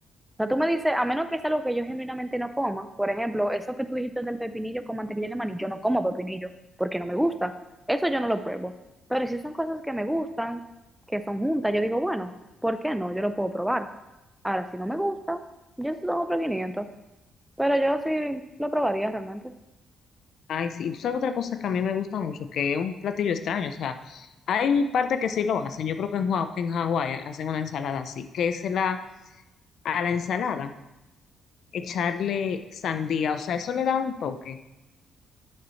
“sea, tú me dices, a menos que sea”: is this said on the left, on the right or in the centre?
Centre